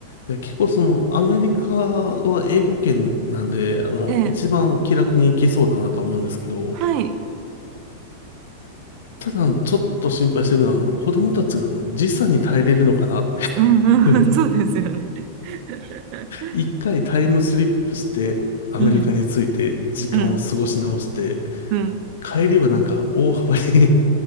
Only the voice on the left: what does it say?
いや、結構そのアメリカは英語圏なんで、あの、
一番気楽に行けそうだなとは思うんですけど、
ただちょっと心配してるのは、あの、子供たちがあの時差に耐えれるのかなって
<laughs>
一回タイムスリップしてアメリカに着いて時間を過ごし直して、
帰りはなんか大幅に